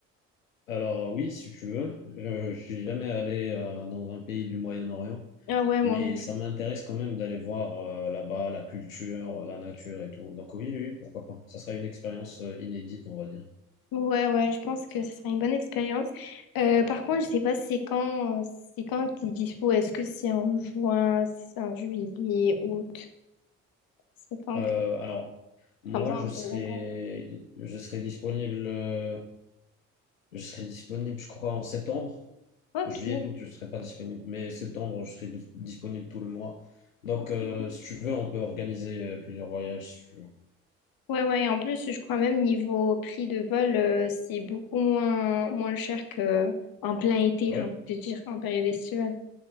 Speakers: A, on the left (about 85°); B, on the left (about 60°).
A: Alors oui, si tu veux, je, je suis jamais allé euh, dans un pays du Moyen-Orient,
B: Ah ouais,
A: mais
B: moi non
A: ça m'intéresse quand même d'aller voir euh, là-bas la culture, euh, la nature et tout. Donc oui, oui, pourquoi pas. Ça serait une expérience euh, inédite, on va dire.
B: Ouais, ouais, je pense que ce sera une bonne expérience. Euh, par contre, je sais pas c'est quand, euh, c'est quand que t'es dispo. Est-ce que c'est en juin, c'est en juillet, août? C'est quand
A: Euh,
B: que-
A: alors moi,
B: Comme ça,
A: je
B: on se
A: serai,
B: met d'accord.
A: je serai disponible, euh, je serai disponible, je crois, en septembre.
B: Ok.
A: Juillet, août, je serai pas disponible, mais septembre, je serai dis- disponible tout le mois. Donc
B: ok.
A: euh, si tu veux, on peut organiser euh, plusieurs voyages. Si tu veux.
B: Ouais, ouais, et en plus, je crois même niveau prix de vol, euh, c'est beaucoup moins, moins cher que en plein été,
A: Ouais.
B: j'ai envie de te dire, en période estivale.